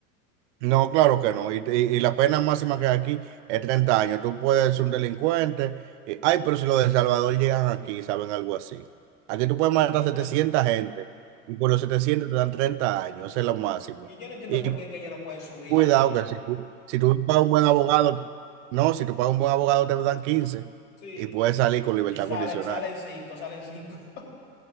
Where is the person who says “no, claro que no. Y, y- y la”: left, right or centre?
Right